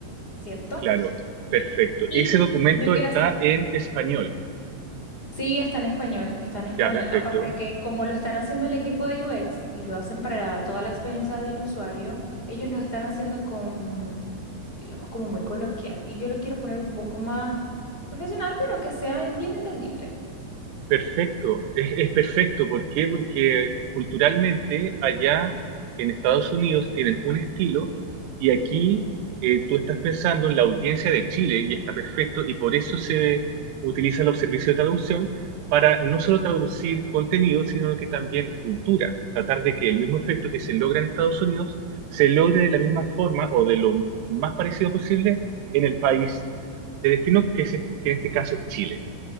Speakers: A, on the left; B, on the right.
A: ¿cierto?
B: claro, perfecto.
A: Y
B: Ese documento
A: yo quiero
B: está
A: hacer...
B: en español.
A: Sí, está en español, está en español.
B: Ya, perfecto.
A: Aparte que como lo están haciendo el equipo de UX y lo hacen para toda la experiencia del usuario, ellos lo están haciendo con, digamos, como muy coloquial. Y yo lo quiero poner un poco más profesional, pero que sea bien entendible.
B: Perfecto, es, es perfecto. ¿Por qué? Porque culturalmente allá en Estados Unidos tienen un estilo y aquí eh, tú estás pensando en la audiencia de Chile y está perfecto y por eso se utilizan los servicios de traducción para no solo traducir contenido, sino que también cultura. Tratar de que el mismo efecto que se logra en Estados Unidos se logre de la misma forma o de lo más parecido posible en el país de destino que, es- que en este caso es Chile.